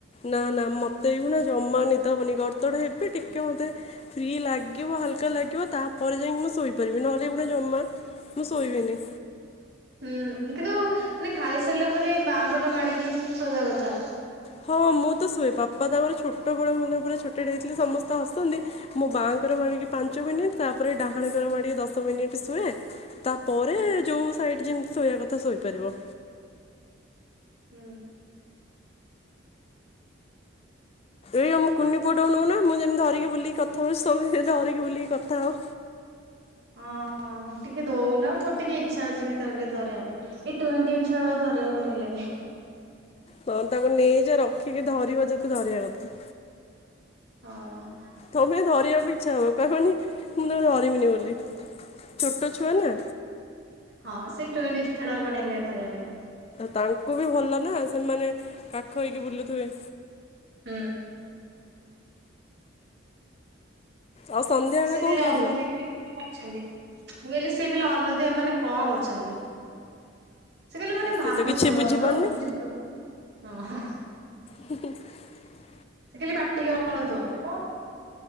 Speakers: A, on the left; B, on the right.
A: ନା ନା ମତେ ଏଭଳିଆ ଜମା ନିଦହବନି ଗଡ଼ ତଡ଼ ହେବି ଟିକେ ମତେ ଫ୍ରି ଲାଗିବ ହାଲକା ଲାଗିବ ତାପରେ ଯାଇକି ମୁଁ ଶୋଇପାରିବି ନହେଲେ ଏଗୁଡ଼ା ଜମା ମୁଁ ସୋଇବିନି।
B: ହୁଁ କିନ୍ତୁ ମାନେ ଖାଇସାରିଲା ପରେ ବାଁ ପଟ ମାଡ଼ିକି ଶୋଇବା କଥା।
A: ହଁ ମୁଁ ତ ଶୁଏ ବାପା ତାଙ୍କର ଛୋଟବେଳେ ମ ତାଙ୍କଉପରେ ଛୋ ଟେଥିଲେ ସମସ୍ତେ ହସନ୍ତି ମୋ ବାଆଙ୍କର ମଣିକି ପାଞ୍ଚ ମିନିଟ୍ ତାପରେ ଡାହାଣ କର ମାଡିକି ଦଶ ମିନିଟ୍ ଶୁଏ। ତାପରେ ଯୋଉ ସାଇଡ ଯେମିତି ଶୋଇବା କଥା ଶୋଇପାରିବ।
B: ହୁଁ।
A: ଏଇ ଆମ କୁନି ପୁଅ ଟାକୁ ନଉନା ମୁଁ ଯେମିତି ଧରିକି ବୁଲି କଥା ହଉଚି ସମସ୍ତେ ଧରିକି ବୁଲିକି କଥା ହେଉ।
B: ହଁ ହଁ ଟିକେ ଦଉନ ମୋର ଟିକେ ଇଚ୍ଛା ଅଛିି ତାକୁ ଟିକେ ଧରିବା ପାଇଁ। ଏଇ ଟୁଇଁ ଟିଇଁ ଛୁଆ କୁ ଧରିବାକୁ ବଢିଆ ଲାଗେ।
A: ହଁ ତାକୁ ନେଇଯା ରଖିକି ଧରିବ ଯେତେ ଧରିବା କଥା।
B: ହଁ।
A: ତମେ ଧରିବାକୁ ଇଚ୍ଛା ହବ କହିବନି ମୁଁ ତାକୁ ଧରିବିନି ବୋଲି ଛୋଟ ଛୁଆ ନା।
B: ହଁ ସେ ବୁଇଁ ଟିଇଁ ଛୁଆଉଡ଼ାକୁ ବିଡିଅ ଲାଗେ ଧରିବା ପାଇଁ।
A: ତାଙ୍କୁ ବି ଭଲ ନା ସେମାନେ କାଖ ହେଇକି ବୁଲୁଥିବେ।
B: ହୁଁ।
A: ଆଉ ସନ୍ଧ୍ୟାବେଳେ
B: ସେ ଖାଲି
A: କଣ ଖାଇଥିଲ?
B: ଅନଉଥିବେ କଣ କରୁଛନ୍ତି, ମୁଁ କହିଲି ସେ କହିଲେ ଅନଉଥିବେ ଏ ମାନେ କଣ କରୁଛନ୍ତି। ସେ ଖାଲି ମାନେ
A: ଆଉ
B: ଭାବୁଥିବ
A: ସିଏ ତ କିଛି ବୁଝିପାରୁନି
B: ସବୁ ବୁଝୁଥୁ ହଁ।
A: ହଟ <unintelligible>
B: ସେ ଖାଲି ପାଟିକି ଅନଉଥୁିବ କଣ